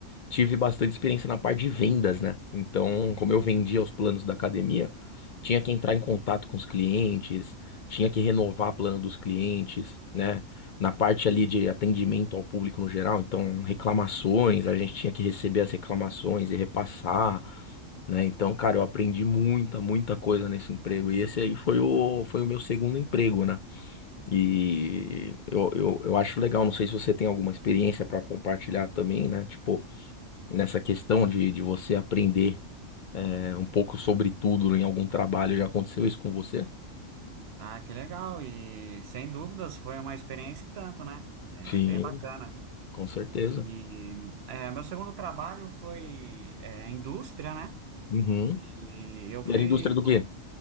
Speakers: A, on the left (about 50°); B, on the right (about 60°).
A: tive bastante experiência na parte de vendas, né? Então, como eu vendia os planos da academia, tinha que entrar em contato com os clientes, tinha que renovar plano dos clientes, né? Na parte ali de atendimento ao público no geral, então reclamações, a gente tinha que receber as reclamações e repassar, né? Então, cara, eu aprendi muita, muita coisa nesse emprego. E esse aí foi o, foi o meu segundo emprego, né? E eu, eu, eu acho legal, não sei se você tem alguma experiência para compartilhar também, né? Tipo, nessa questão de, de você aprender é, um pouco sobre tudo em algum trabalho. Já aconteceu isso com você?
B: Ah, que legal! E sem dúvidas foi uma experiência e tanto, né? É
A: Sim,
B: bem bacana.
A: com certeza.
B: E é, meu segundo trabalho foi é, indústria, né?
A: Uhum.
B: E eu fui
A: E era indústria do quê?